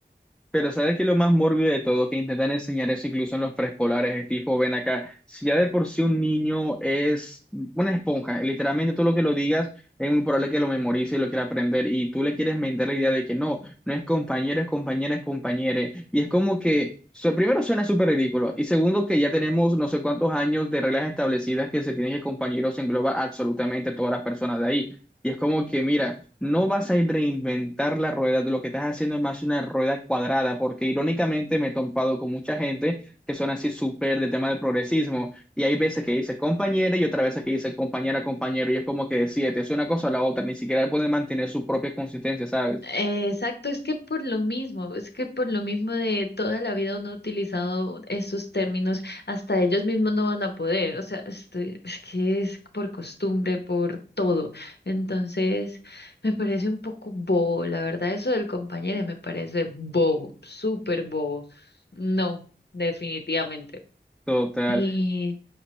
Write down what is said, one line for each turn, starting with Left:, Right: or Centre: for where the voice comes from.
Centre: Pero ¿sabes qué es lo más mórbido de todo? Que intentan enseñar eso incluso en los preescolares, es tipo, ven acá, si ya de por sí un niño es una esponja, literalmente todo lo que lo digas es muy probable que lo memorice y lo quiera aprender, y tú le quieres vender la idea de que no, no es compañero, es compañera, es compañere, y es como que, su- primero suena súper ridículo, y segundo que ya tenemos no sé cuántos años de reglas establecidas que se tienen que compañeros engloba absolutamente a todas las personas de ahí, y es como que, mira. No vas a reinventar la rueda, lo que estás haciendo es más una rueda cuadrada, porque irónicamente me he topado con mucha gente que son así súper de tema del progresismo, y hay veces que dice compañera y otra veces que dice compañera, compañero, y es como que decide, te es una cosa o la otra, ni siquiera pueden mantener su propia consistencia, ¿sabes?
Left: Eh, exacto, es que por lo mismo, es que por lo mismo de toda la vida uno ha utilizado esos términos, hasta ellos mismos no van a poder. O sea, estoy, es que es por costumbre, por todo. Entonces, me parece un poco bobo. La verdad, eso del compañero me parece bobo, súper bobo. No, definitivamente.
Centre: Total,
Left: ¿Y,